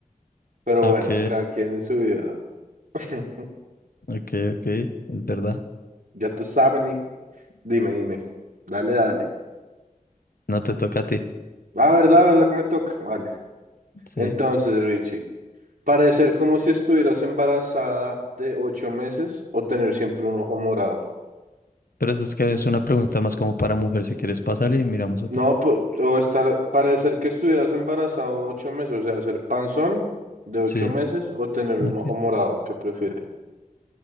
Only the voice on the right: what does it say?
Pero
bueno, cada quien en su vida. <laughs>
Ya tú sabes, Nick. Dime, dime. Dale, dale.
La verdad, la verdad que me toca. Vale.
Entonces, Richie, parecer como si estuvieras embarazada de ocho meses o tener siempre un ojo morado.
No, po- o estar, parecer que estuvieras embarazado ocho meses, o sea, ser panzón de ocho
meses o tener
un ojo morado, ¿qué prefiere